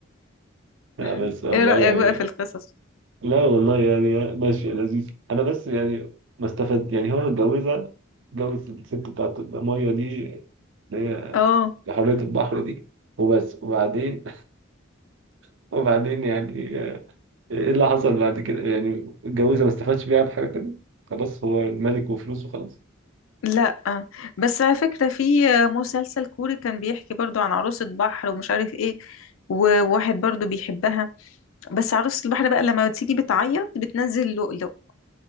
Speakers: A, on the right; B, on the left.
A: لا
B: مم.
A: بس والله
B: ايه رأيك
A: يعني
B: بقى في القصص
A: لا والله يعني ماشي لذيذ انا بس يعني ما استفدت يعني هو اتجوزها اتجوز الست بتاعت الميه دي اللي هي
B: اه
A: حرية البحر دي وبس وبعدين <laughs> وبععدين يعني آه، ايه اللي حصل بعد كده يعني اتجوزها ما استفادش بيها بحاجة تانية خلاص هو الملك وفلوسه خلاص
B: لا بس على فكرة في مسلسل كوري كان بيحكي برضو عن عروسة بحر ومش عارف ايه وواحد برضو بيحبها بس عروسة البحر بقى لما بتيجي بتعيط بتنزل لؤلؤ